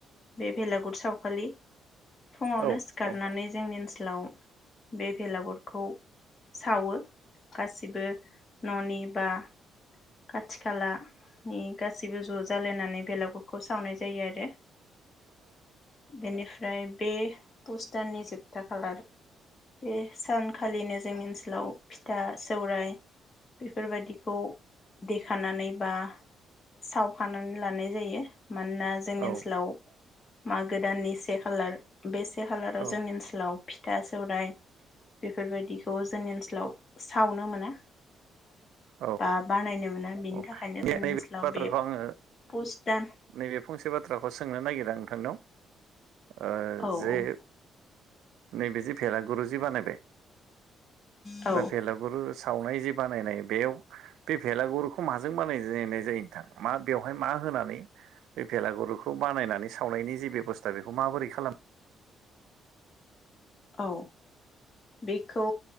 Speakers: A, on the left; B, on the right.
A: बे बेलागुर साव खालि फुङावनो
B: औ
A: सिखारनानै
B: औ
A: जोंनि आलाव बे भेलागुरखौ सावो गासिबो ननि बा खाथि खालानि उम गासैबो ज' जालायनानै बेलागुरखौ सावनाय जायो आरो बेनिफ्राय ओमफ्राय बे पस्टारनि जोबथा खालार बे सानखालिनो जोंनि ओनसोलाव फिथा सौराय बेफोरबादिखौ देखानानै बा सावखानानै लानाय जायो मानोना जोंनि
B: औ
A: ओनसोलाव मागो दाननि से खालार बे से खालाराव
B: औ
A: जोंनि ओनसोलाव फिथा सौराइ बेफोरबायदि बे जोंनि ओनसोलाव सावनो मोना
B: औ
A: बा बानायनो मोना बिनि
B: औ
A: थाखायनो
B: दे
A: जोंनि
B: नैबे
A: ओनसोलाव
B: <inaudible> बाथ्राखौ
A: बे
B: <inaudible> आङो
A: पुस दान
B: नैबे फंसे बाथ्राखौ सोंनो नागिरो नोंथांनिाव ओ
A: औ
B: जे
A: औ
B: नैबे जि भेलागुरु जि बानायबाय
A: औ
B: दा भेलागुरु सावनाय जि बानायनाय बेयाव बे भेलागुरुखौ माजों बानायनाय जायो नोंथां मा बेवहाय मा होनानै बे भेलागुरुखौ बानायनानै सावनायनि जिे बेब'स्था बेखौ माबोरै खालामो
A: औ बेखौ